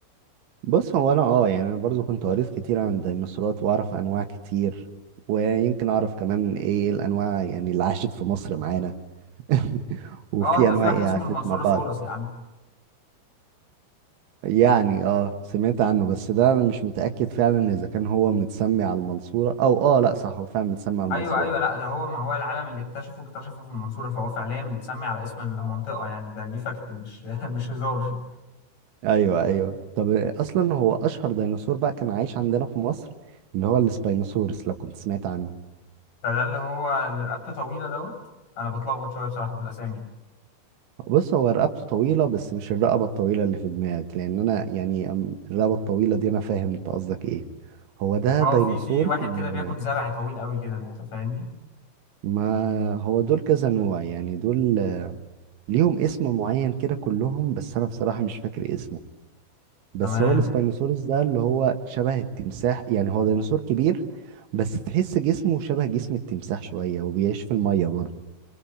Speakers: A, on the right; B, on the left.
A: بص هو انا اه يعني انا برضو كنت قريت كتير عن الديناصورات واعرف انواع كتير ويمكن اعرف كمان ايه الانواع يعني اللي عاشت في مصر معانا <laughs> وفي
B: أه ده
A: انواع
B: في واحد
A: ايه
B: اسمه
A: عاشت
B: المنصورة
A: مع بعض
B: سورس يا عم
A: يعني اه سمعت عنه بس ده انا مش متأكد فعلا اذا كان هو متسمي على المنصورة او اه لا صح هو فعلا متسمي على
B: أيوه
A: المنصورة
B: أيوه لا ده هو ما هو العالم اللي اكتشفه اكتشفه في المنصورة فهو فعليا متسمي على اسم المنطقة يعني ده دي فاكت مش <laughs> مش هزار
A: ايوه ايوه طب اصلا هو اشهر ديناصور بقى كان عايش عندنا في مصر اللي هو السباينوسورس لو كنت سمعت عنه
B: فده اللي هو اللي رقبته طويله دوت انا بتلخبط شويه بصراحه في الاسامي
A: بص هو رقبته طويله بس مش الرقبه الطويله اللي في دماغك لان انا يعني أم- الرقبه الطويله دي انا فاهم انت قصدك ايه هو ده
B: اه
A: ديناصور
B: في في واحد
A: كان
B: كده بياكل زرع طويل قوي كده انت فاهمني
A: ما هو دول كذا نوع يعني دول ليهم اسم معين كده كلهم بس انا بصراحه مش فاكر اسمه بس
B: تمام
A: هو السباينوسورس ده اللي هو شبه التمساح يعني هو ديناصور كبير بس تحس جسمه شبه جسم التمساح شوية وبيعيش في المية برضه